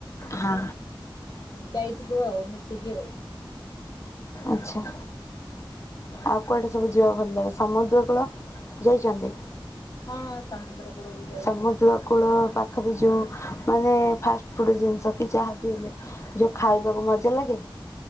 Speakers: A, on the left; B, on the left.
A: ହଁ।
B: <unintelligible> ଯିବୁ ଆଉ ମିଶିକି ଆଉ।
A: ଆଛା ଆଉ କୁଆଡେ ସବୁ ଯିବା କୁ ଭଲ ଲାଗେ ସମୁଦ୍ର କୂଳ ଯାଇଛନ୍ତି।
B: ହଁ ସମୁଦ୍ର। କୂଳ ବି ଯାଇଛୁ।
A: ସମୁଦ୍ର କୂଳ ପାଖରେ ଯୋଉ ମାନେ ଫାଷ୍ଟ ଫୁଡ ଜିନିଷ କି ଯାହା ବିି ହେଲେ ଯୋଉ ଖାଇବାକୁ ମଜା ଲାଗେ।